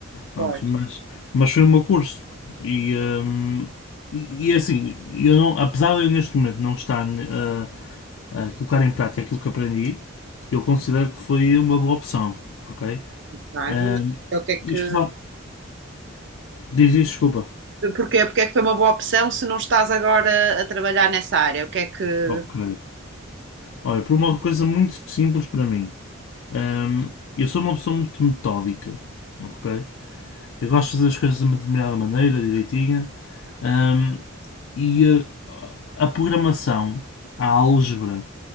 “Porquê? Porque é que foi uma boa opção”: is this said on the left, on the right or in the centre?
Right